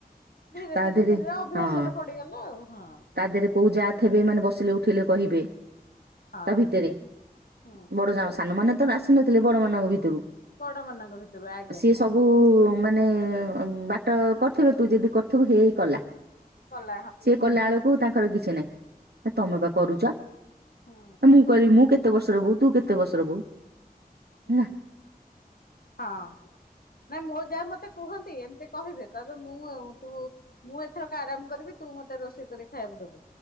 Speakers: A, on the left (about 65°); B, on the right (about 80°).
A: ଧୀରେ
B: ତା
A: ଧୀରେ
B: ଦେହରେ
A: ଧୀରେ ଅଭ୍ୟାସରେ
B: ହଁ
A: ପଡିଗଲା ଆଉ। ହଁ
B: ତା ଦେହରେ କୋଉ ଯା ଥିବେ ମାନେ ବସିଲେ ଉଠିଲେ କହିବେ।
A: ହଁ
B: ତା ଭିତରେ
A: ହୁଁ
B: ବଡ ଯା ସାନମାନେ ତ ଆସିନଥିଲେ ବଡ ମାନଙ୍କ ଭିତରୁ।
A: ବଡ ମାନଙ୍କ ଭିତରୁ ଆଜ୍ଞା।
B: ସିଏ ସବୁ-ଉ-ଉ-ଉ ମାନେ-ଏ-ଏ ବାଟ କରିଥିବେ ତୁ ଯଦି କରିଥିବୁ ହେଇ କଲା।
A: ଭଲ।
B: ସିଏ କଲା ବେଳକୁ ତାଙ୍କର କିଛି ନାଇଁ। ତମେ ବା କରୁଛ
A: ହୁଁ
B: ମୁଁ କରିବି ମୁଁ କେ କେତେ ବର୍ଷର ବୋହୁ ତୁ କେତେ ବର୍ଷର ବୋହୁ
A: ହୁଁ
B: ହେଲା।
A: ହଁ। ନାଇଁ ମୋ ଯା ମତେ କୁହନ୍ତି ଏମିତି କହିବେ କହିବେ ମୁଁ ଅ-ଅ ତୁ ମୁଁ ଏଥରକ ଆରାମ କରିବି ତୁ ମତେ ରୋଷେଇ କରି ଖାଇବାକୁ ଦେବୁ